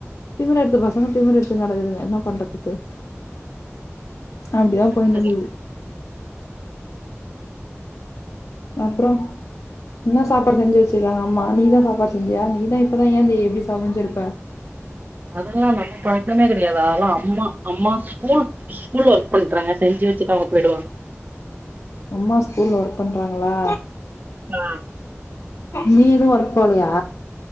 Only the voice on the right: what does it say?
கரெக்ட்டு
அதெல்லாம் நம்ம பழக்கமே கிடையாது அதெல்லாம் அம்மா அம்மா ஸ்கூல் ஸ்கூல்ல ஒர்க் பண்றங்க செஞ்சு வச்சுட்டு அவங்க போயிடுவாங்க
ஆ